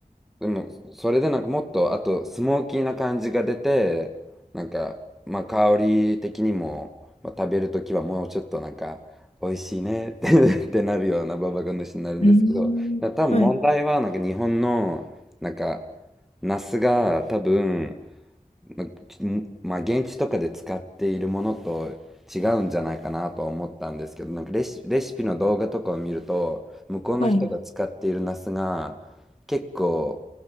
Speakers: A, in the centre; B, on the left (about 50°).
A: でもそれでなんかもっと、あとスモーキーな感じが出て、なんか、まあ香り的にも、まあ、食べるときはもうちょっとなんか、美味しいねって <laughs> ってなるようなババガ主になるんですけど、
B: うーん。
A: 多分問題はなんか日本の、
B: はい。
A: なんか、ナスが多分、まんまあ、現地とかで使っているものと違うんじゃないかなとは思ったんですけど、なんかレシ、レシピの動画とかを見ると、向こうの人が使っているナスが
B: はい。
A: 結構